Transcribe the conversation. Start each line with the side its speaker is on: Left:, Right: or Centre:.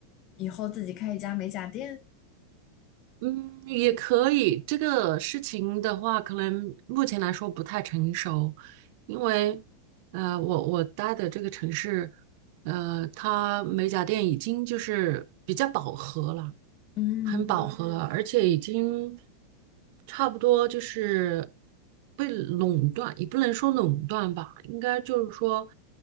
Left: 以后自己开一家美甲店。
Right: 嗯，也可以。这个事情的话，可能目前来说不太成熟，因为呃，我我待的这个城市，呃，它美甲店已经就是比较饱和了。
Left: 嗯
Right: 很饱和了，嗯而且已经差不多就是被垄断，也不能说垄断吧，应该就是说，